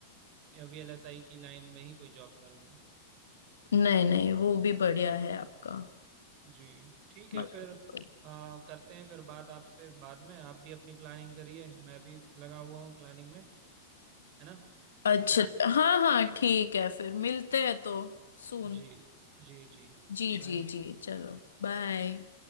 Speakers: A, on the right; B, on the left.
A: वीएलएसआई की लाइन में ही कोई जॉब करूँगा
B: नहीं नहीं वो भी बढ़िया है आपका
A: जी ठीक है
B: मतलब-
A: फिर आ, करते हैं फिर बात आपसे बाद में आप भी अपनी प्लानिंग करिए मैं भी लगा हुआ हूँ प्लानिंग में है ना
B: अच्छा
A: कर
B: हाँ हाँ ठीक है फिर मिलते हैं तो सून
A: जी जी जी
B: जी
A: बाय
B: जी जी चलो बाय